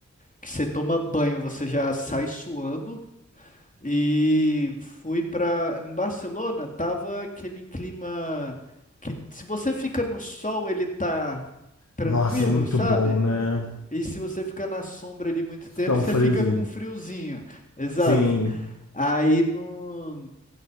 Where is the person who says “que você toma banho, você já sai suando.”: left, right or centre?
Left